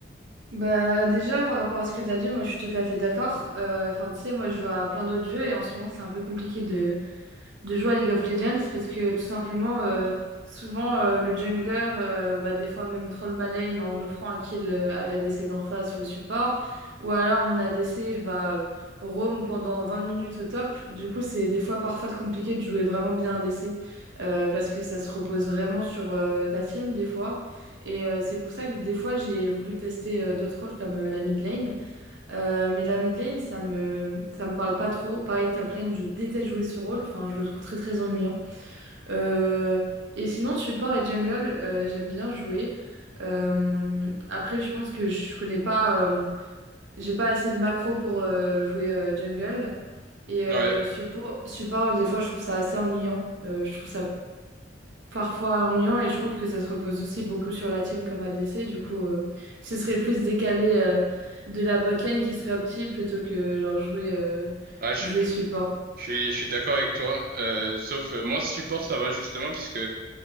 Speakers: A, on the right (about 85°); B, on the right (about 55°).
A: Bah déjà par rapport à ce que t'as dit, moi je suis tout à fait d'accord. Enfin tu sais, moi je joue à plein d'autres jeux et en ce moment c'est un peu compliqué de de jouer à League of Legends parce que tout simplement, euh, souvent euh, le jungler euh, va des fois même troll ma lane en offrant un kill euh, à l'ADC d'en face ou au support, ou alors mon ADC va euh, roam pendant 20 minutes au top. Du coup, c'est des fois parfois compliqué de jouer vraiment bien ADC euh, parce que ça se repose vraiment sur euh, ta team des fois. Et euh, c'est pour ça que des fois j'ai voulu tester euh, d'autres rôles comme euh, la mid lane. Euh, mais la mid lane, ça me, ça me parle pas trop. Pareil, top lane, je déteste jouer ce rôle. Enfin, je le trouve très très ennuyant. Euh, et sinon, support et jungle, euh, j'aime bien jouer. Euh, après, je pense que je connais pas, euh, j'ai pas assez de macro pour euh, jouer euh, jungle. Et euh,
B: Ouais,
A: suppo- support, des fois, je trouve ça assez ennuyant. Euh, je trouve ça parfois ennuyant et je trouve que ça se repose aussi beaucoup sur la team comme a ADC. Du coup, euh, ce serait plus décalé euh, de la botlane qui serait opti plutôt que genre jouer, euh,
B: ah, je suis,
A: jouer support.
B: je suis, je suis d'accord avec toi. Euh, sauf euh, moi, support, ça va justement, puisque